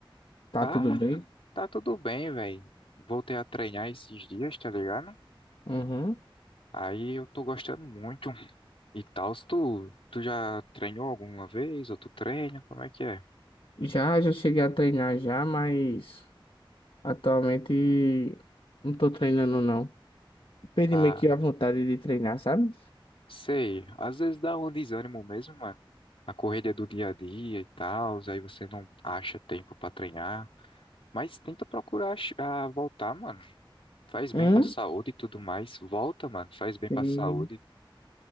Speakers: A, on the left (about 70°); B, on the left (about 90°).
A: Tá
B: tá,
A: tudo bem?
B: tá tudo bem, velho. Voltei a treinar esses dias, tá ligado?
A: Uhum.
B: Aí eu tô gostando muito. E tal, se tu, tu já treinou alguma vez, ou tu treina, como é que é?
A: Já, já cheguei a treinar já, mas atualmente não tô treinando, não. Perdi
B: Ah,
A: meio que a vontade de treinar, sabe?
B: sei, às vezes dá um desânimo mesmo, mano. A correria do dia a dia e tal, aí você não acha tempo pra treinar. Mas tenta procurar ach- ah, voltar, mano. Faz bem
A: Hum?
B: pra saúde e tudo mais. Volta, mano. Faz bem
A: Sim.
B: pra saúde.